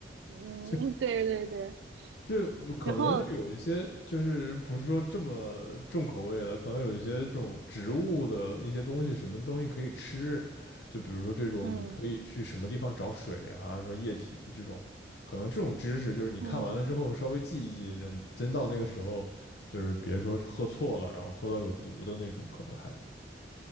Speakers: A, on the right; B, on the left.
A: 嗯，
B: 就 <laughs>
A: 对对对。
B: 就可能就有一些，
A: 然后，
B: 就是不是说这么重口味的，可能有一些这种植物的一些东西，什么东西可以吃，就比如说这种，
A: 嗯
B: 你可以去什么地方找水啊，说液体这种，可能这种知识就是你看完了之后稍微记一记，
A: 嗯，
B: 就真到那个时候，就是别说喝错了，然后喝到有毒的那种，可能还